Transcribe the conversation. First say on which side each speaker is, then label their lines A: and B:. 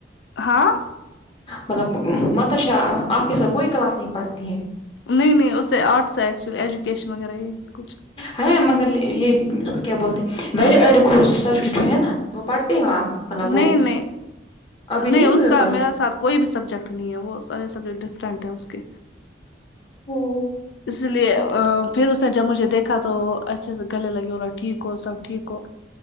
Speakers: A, on the left; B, on the left.
A: ہاں
B: ملب متشاہ آپ کے ساتھ کوئی کلاس نہیں پڑھتی ہے
A: نہیں نہیں اس سے آرٹس ہے ایکچولی ایجوکیشن وغیرہ یہ کچھ
B: ہ مگر یہ اس کو کیا بولتے سبجیکٹ جو ہے نا وہ پڑھتے ہو آپ مطلب
A: نہیں
B: وہ
A: نہیں
B: ابھی
A: نہیں اس
B: ہوئی
A: کا
B: ہو کلاس
A: میرا سات کوئی بھی سبجیکٹ نہیں ہے وہ سارے سبجیکٹ ڈفرینٹ ہے اس کے
B: او
A: اسی لیے پھر اس نے جب مجھے دیکھا تو اچھے سے گلے لگی بولا ٹھیک ہو سب ٹھیک ہو